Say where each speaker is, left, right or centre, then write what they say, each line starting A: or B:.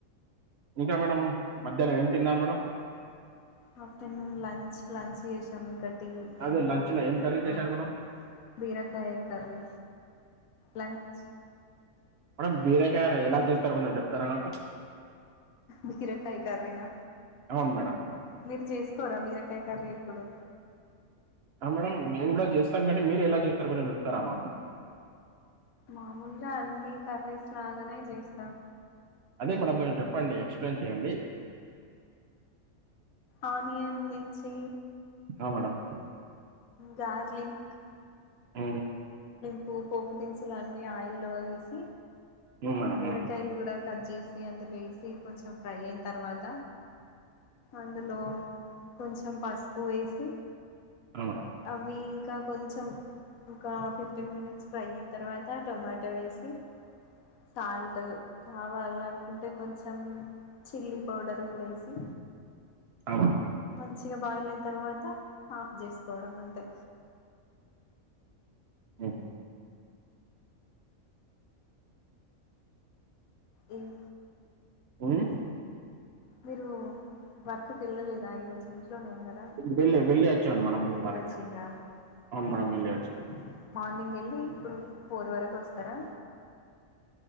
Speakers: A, on the right; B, on the left.
A: ఇంకా మేడం మధ్యాహ్నం ఏం తిన్నారు మేడం
B: ఆఫ్టర్నూన్ లంచ్ లంచ్ చేసాము ఇక
A: అదే
B: ఏం <unintelligible>
A: లంచ్లో ఏం కర్రీ చేశారు మేడం
B: బీరకాయ కర్రీ లంచ్
A: మేడమ్ వేరే ఎలా చేస్తారు కొంచెం చెప్తారా నాకు
B: బీరకాయి కర్రీ నా
A: అవును మేడం
B: మీరు చేస్త కోరా బీరకాయ కర్రీ ఎప్పుడు
A: ఆ మేడమ్ మేము కూడా చేస్త మీరు ఎలా చేస్తారో కూడా చెప్తారా మాకు
B: మామూలుగా అన్ని కర్రీస్ లాగనే చేస్తాం.
A: అదే మేడం కొంచెం చెప్పండి, ఎక్స్ప్లెయిన్ చేయండి?
B: ఆనియన్ మిర్చి
A: ఆ మేడమ్
B: గార్లింక్
A: ఉమ్,
B: పూ పోపు దినుసులన్నీ ఆయిల్లో వేసి
A: ఉమ్ మేడం
B: బీరకాయల్
A: ఆ
B: గుడాట్లన్ కట్ చేసి అందులో ఏసి కొంచెం ఫ్రై అయిన్తర్వాత, అందులో కొంచెం పసుపు వేసి
A: ఆ మేడం
B: అవ్వి ఇంకా క్ కొంచెం ఒక ఫిఫ్టీన్ మినిట్స్ ఫ్రై అయిన్తర్వాత టొమాటో వేసి సాల్ట్ కావాలనుకుంటే కొంచెం చిల్లీ పౌడర్ గుడేసి
A: ఆ మేడం
B: మంచిగ బాయిల్ అయిన్తర్వాత ఆఫ్ చేసుకోవడం అంతే.
A: హ్మ్
B: ఇన్
A: ఊమ్
B: మీరు వర్క్ కెల్లలేదా ఈ రోజు నుంచి ట్లోనె వున్నరా,
A: వెళ్ళి వెళ్ళి వచ్చాను మేడం
B: వెళ్లొచ్చిన్రా?
A: వారికి అవును మేడం
B: ఆ హా
A: వెళ్ళి వచ్చాను
B: మార్నింగ్ వెళ్ళి ఇప్పుడు, ఫోర్ వరకొస్తరా?